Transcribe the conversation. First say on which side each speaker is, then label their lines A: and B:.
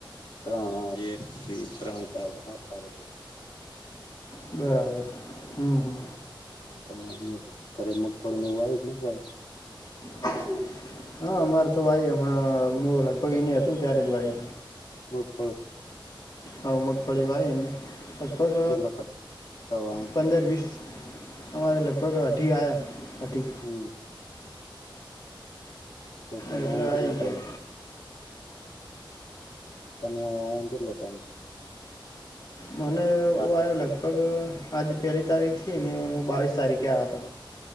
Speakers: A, on the left; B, on the left.
A: ત્રણ એકથી ત્રણ ચાર સાત
B: બરાબર. હમ હમ
A: તમારને ઘરે મગફળ ને એવું આવ ને ભાઈ
B: <inaudible> હા અમારે તો વાઈ હમણાં હ લગભગ ઈને હતું ને ત્યારે જ વાય.
A: <unintelligible>
B: આવું મગફળી વાય એને લગભગ
A: કેટલા કટ્ટા વાય
B: પંદર વીસ. અમારે લગભગ અઢી આયા અઢી.
A: હમ્મ. તો તને
B: એટલે
A: આયાને
B: આવી
A: કેટલો ટાઈમ
B: ગયા.
A: છે <unintelligible>
B: મને
A: પાંચ
B: ઓ આ લગભગ આજે પહેલી તારીખથી ને હું બાવીસ તારીખે આ હતો.